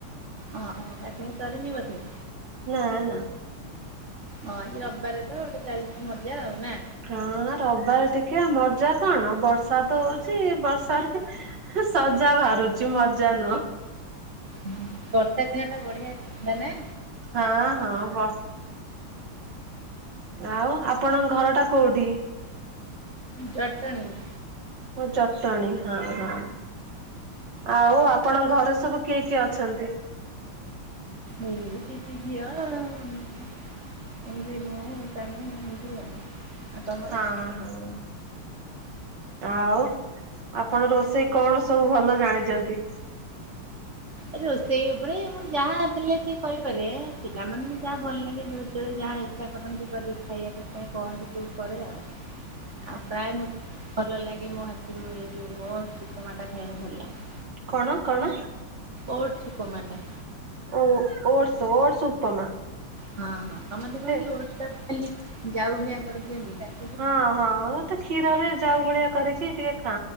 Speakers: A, on the right; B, on the right.
A: ଓହୋ ଗାଧୁଆ ସରିନି ବଧେ
B: ନା ନା
A: ହଁ ଏ ରବିବାର ତ ଗୋଟେ ଚାଳିଶ ନେବେ ନା।
B: ହଁ ରିବିବାର ଟିକେ ମଜା କଣ ବର୍ଷା ତ ହଉଛି ବର୍ଷା ରେ। ସଜା ବାହାରୁଛିି ମଜା ନୁହଁ।
A: ହୁଁ ବର୍ଷା ଦିନେ ତ ବଢିଆ ମାନେ
B: ହଁ ହଁ ବ ଆଉ ଆପଣଙ୍କ ଘର ଟା କୋଉଠି?
A: ଜଟଣୀ।
B: ଓ ଜଟଣୀ ହଁ ହଁ। ଆଉ ଆପଣଙ୍କ ଘରେ ସବୁ କିଏ କିଏ ଅଛନ୍ତି?
A: ଏ ଟିକି ଝିଅ ଆଉ ଏମିତି <inaudible> ତମର?
B: ହଁ ହଁ। ଆଉ ଆପଣ ରୋଷେଇ କଣ ସବୁ ଭଲ ଜାଣିଛନ୍ତି?
A: ଏ ରୋଷେଇ ଉପରେ ମୁଁ ଯାହା ଥିଲେ ସେ କହିପାରିବେ ପିଲାମାନେ ଯାହା ଭଲ ଲାଗେ <unintelligible> <inaudible> ଯାହା ଇଚ୍ଛା କରନ୍ତି କରିିକି ଖାଇବାକୁ ପାଇଁ କହନ୍ତି ସବୁ କରେ ଆଉ।
B: ହ
A: ଆଉ ପ୍ରାୟ ମୋତେ ଭଲ ଲାଗେ ମୋ ହାତରୁ ଏଇ ଜୁ ଓଡ଼ସ ଉପମା ଟା ଖାଇବାକୁ ଭଲ ଲାଗେ।
B: କଣ କଣ?
A: ଓଡସ ଉପମା ଟା।
B: ଓ ଓଡସ ଓଡସ ଉପମା।
A: ହଁ ହଁ ସମସ୍ତେ କଣ
B: ହେ
A: କି ଓଡ଼ସ ଟା ଖାଲି ଜାଉ ଭଳିଆ କରି ଦିଅନ୍ତି ତ।
B: ହଁ ହଁ ମୁଁ ତ କ୍ଷୀରରେ ଜାଉ ଭଳିଆ କରିକି ଟିକେ ଖା